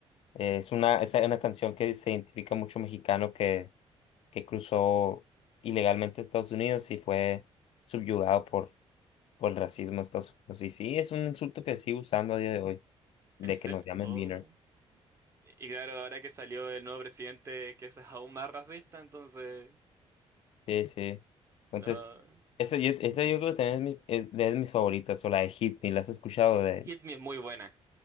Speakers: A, on the left; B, on the right.
A: eh, es una, es una canción que se identifica mucho mexicano que que cruzó ilegalmente a Estados Unidos y fue subyugado por, por el racismo de Estados Unidos. Y sí, es un insulto que sigue usando a día de hoy, de
B: ¿En serio?
A: que nos llamen
B: Oh.
A: beaner.
B: Y claro, ahora que salió el nuevo presidente, que es aún más racista, entonces...
A: Sí, sí. Entonces,
B: No.
A: esa yo, esa yo creo que también es, mi- es de mis favoritas, o la de Hit Me, ¿la has escuchado de
B: Hit Me es muy buena.